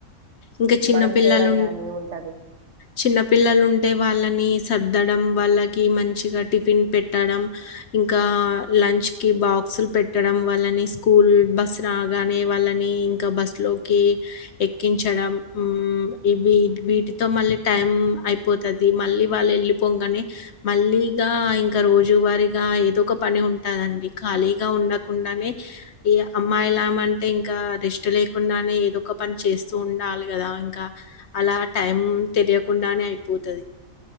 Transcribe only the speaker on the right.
మనం తినడం గాని ఉంటది